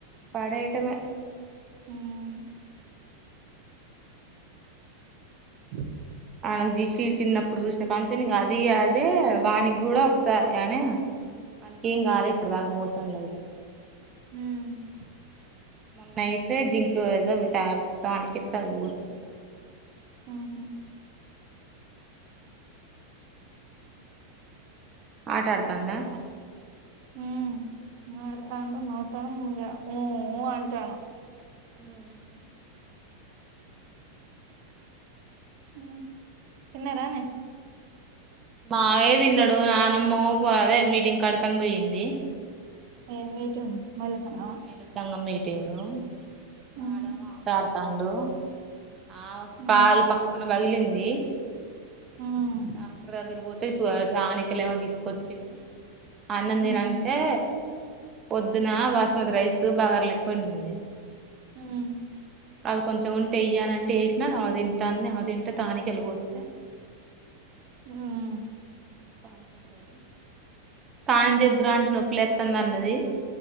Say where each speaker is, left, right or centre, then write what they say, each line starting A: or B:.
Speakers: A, on the right; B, on the right.
A: పడేయటమే
B: మ్మ్ అ
A: ఆ దిసి చిన్నప్పుడు చూసినకాంచెని అది అదే వానికి కూడా ఒకసారి అని వానికి ఏం కాలే ఇప్పుటి దాకా మోషన్లయితె
B: మ్
A: మొన్న అయితే జింక్ ఏదో ఒక టా టానిక్కిస్తే అది పోస్తదికదా.
B: ఉమ్ ఉమ్.
A: ఆట ఆడుతుందా.
B: ఉమ్ ఆడుతాండు నవ్వుతాండు ఇగ ముఊఊ అంటాడు.
A: ఉహ్మ్
B: హ్మ్ తిన్నారనే.
A: మావే తిన్నడు నానమ్మ పో అదే మీటింగ్ కడికని పోయింది.
B: ఏం మీటింగ్ మహిళ సంఘం.
A: మహిళ సంఘం మీటింగు
B: ఉహు
A: వాడు మాట్లాడుతుండు. ఆమెకు
B: ఉ
A: కాలు పక్కున పగిలింది
B: ఉహు
A: ఆ డాక్టర్ దగ్గర పోతే టానికులు ఏమో తీసుకొచ్చిండు అన్నం తినంటే.
B: ఉమ్
A: పొద్దున బాస్మతి రైస్ బగార లెక్క వండింది.
B: ఉమ్.
A: అది కొంచెం ఉంటే వేయ్యానంటే వేసినా అది తింటాంది అది తింటే టానిక్లు పోస్తే.
B: ఉమ్.
A: స్నానం చెదువురా అంటే నొప్పి లేస్థాందీ అన్నది.